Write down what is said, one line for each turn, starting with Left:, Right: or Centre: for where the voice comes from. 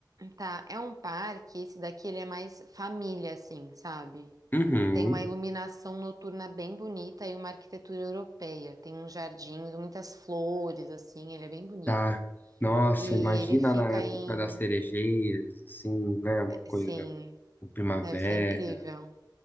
Right: tá, é um parque, esse daqui ele é mais família assim, sabe?
Left: Uhum,
Right: Tem uma iluminação noturna bem bonita e uma arquitetura europeia. Tem uns jardins, muitas flores assim, ele é bem bonito.
Left: tá. Nossa,
Right: E
Left: imagina
Right: ele fica
Left: na época
Right: em,
Left: das cerejeiras, assim, né? Uma coisa,
Right: sim,
Left: o primavera.
Right: deve ser incrível.